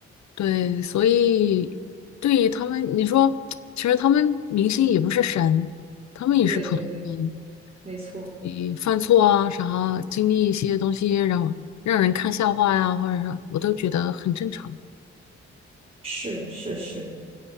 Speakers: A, on the left; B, on the right.
A: 对，所以对于他们，你说，其实他们明星也不是神，他们也是普通人，
B: 对对对，没错，
A: 你犯错啊啥，经历一些东西让让人看笑话呀，或者是我都觉得很正常。
B: 是是是，